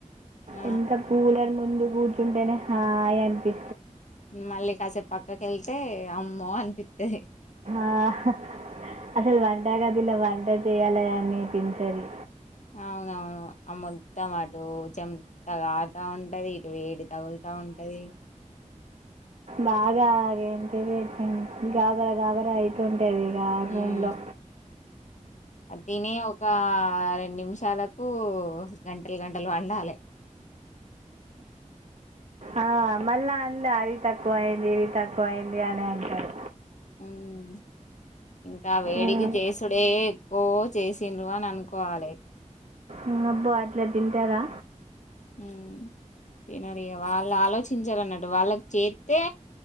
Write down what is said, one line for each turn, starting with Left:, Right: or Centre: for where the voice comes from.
Left: ఆ
Right: ఇంట్లో కూలర్ ముందు కూర్చుంటేనే హాయ్ అనిపి
Left: మళ్ళీ కాసేపు పక్కకెళ్తే అమ్మో అనిపితది
Right: ఆహా అసలు వంటగదిలో వంట చేయలని అని పించదు
Left: అవునవును మొత్తం అటు చెమట కార్తా ఉంటది ఇటు వేడి తగులుతా ఉంటది అదే
Right: బాగాగే అంత గాబర గాబర ఆయితు ఉంట తెలిగా
Left: హ్మ్.
Right: భూంలో
Left: అది తీని ఒక పది నిమిషాలకు గంటలు గంటలు అండాలే
Right: ఆ మళ్ళా అందు అది తక్కువ అయింది ఇవి తక్కువ అయింది అని అంటారు
Left: ఉమ్ ఆ ఇంకా వేడికి
Right: ఉమ్.
Left: చేసుడే ఓ చేసిండ్రు అని అనుకోవాలే
Right: ఆ అబ్బో అట్లా తింటారా
Left: ఉమ్ తినడు ఇగ వాళ్ళు ఆలోచించారన్నట్టు వాళ్ళకు చేతే